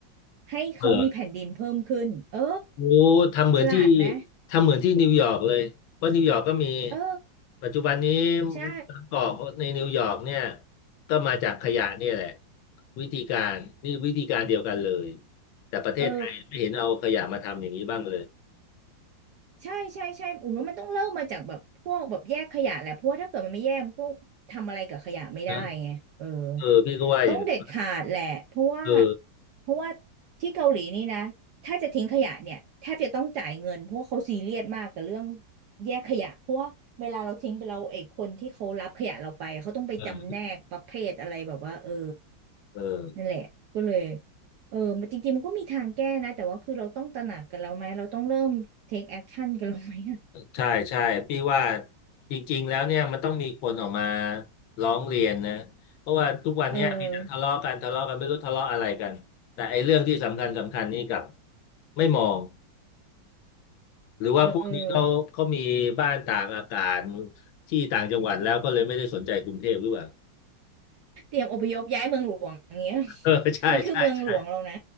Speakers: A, on the right; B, on the left.
A: ให้เขามีแผ่นดินเพิ่มขึ้นเออ
B: เออ โอ้ทำเหมือนที่
A: ฉลาดไหม
B: ทำเหมือนที่นิวยอร์กเลยเพราะนิวยอร์กก็มี
A: เออ
B: ปัจจุบันนี้
A: ใช่
B: บางเกอกในนิวยอร์กเนี่ยก็มาจากขยะเนี่ยแหละวิธีการนี่วิธีการเดียวกันเลยแต่ประเทศไทยไม่เห็นเอาขยะมาทำอย่างนี้บ้างเลย
A: เออใช่ใช่ใช่อุ๋มว่ามันต้องเริ่มมาจากแบบพวกแบบแยกขยะแหละเพราะว่าถ้าเกิดมันไม่แยกมันก็ทำอะไรกับขยะไม่ได้ไงเออ
B: นะเออพี่ก็ว่าอย่างนั้น
A: ต้องเด็ดขาดแหละ เพราะว่า
B: เออ
A: เพราะว่าที่เกาหลีนี่นะ ถ้าจะทิ้งขยะเนี่ยแทบจะต้องจ่ายเงินเพราะว่าเขาซีเรียสมากกับเรื่องแยกขยะเพราะว่าเวลาเราทิ้งไปแล้ไอ้คนที่เขารับขยะเราไปเขาต้องไปจำแนกประเภทอะไรแบบว่าเออ
B: เออเออ
A: นั่นแหละก็เลยเออมันจริงๆมันก็มีทางแก้นะแต่ว่าคือเราต้องตระหนักกันแล้วไหมเราต้องเริ่ม take action กันแล้วไหมอะ
B: ใช่ใช่พี่ว่าจริงๆแล้วเนี่ยมันต้องมีคนออกมาร้องเรียนนะเพราะว่าทุกวันเนี้ยมีแต่ทะเลาะกันทะเลาะกันไม่รู้ทะเลาะอะไรกันแต่ไอ้เรื่องที่สำคัญสำคัญนี่กลับ
A: เออ
B: ไม่มองหรือว่าพวกนี้เขาเขามีบ้านต่างอากาศ
A: เออ
B: ที่ต่างจังหวัดแล้วก็เลยไม่ได้สนใจกรุงเทพหรือเปล่า
A: เตรียมอพยพย้ายเมืองหลวงอย่างเงี้ย
B: <laughs> เออใช่ใช่ใช่
A: <laughs> มันคือเมืองหลวงเรานะ